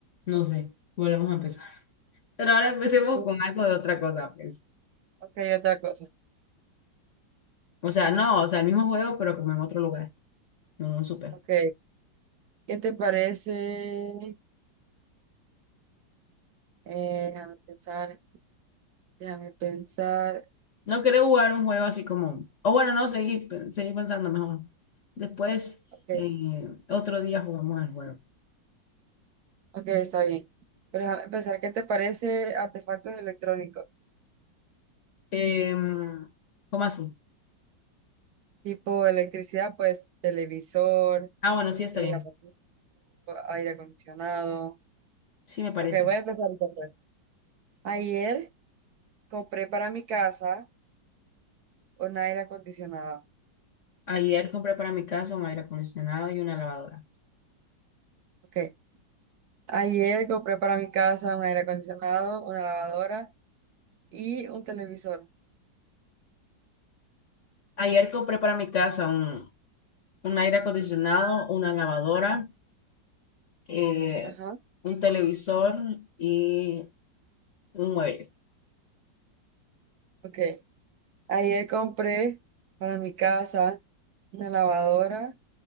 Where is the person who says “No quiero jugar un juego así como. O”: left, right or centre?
Left